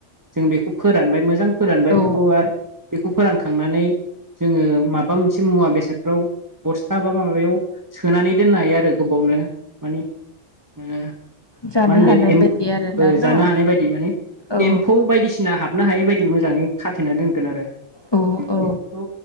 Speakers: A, on the right; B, on the left.
A: जों बेखौ फोरानबाय मोजां फोरानबाय
B: औ
A: बेखौ आरो बेखौ फोरानखांनानै जोङो माबा मोनसे मुवा बेसादफ्राव बसथा बा माबायाव सोनानै दोननो हायो आरो गोबावनो मानि ओ
B: जानो
A: मा होनगोन
B: हानाय
A: एम
B: बायदि आरोना
A: ओ
B: न'
A: जानो हानाय बायदि माने
B: औ
A: एमफौ बायदिसिना हाबनो हायै बायदि दि मोजाङै खाथेना दोनगोन आरो
B: औ औ
A: बेफोरखौ